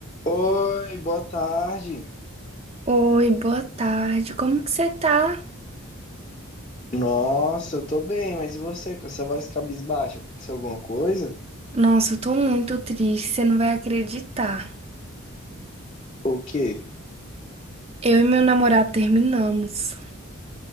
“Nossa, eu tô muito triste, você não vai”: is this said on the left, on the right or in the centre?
Right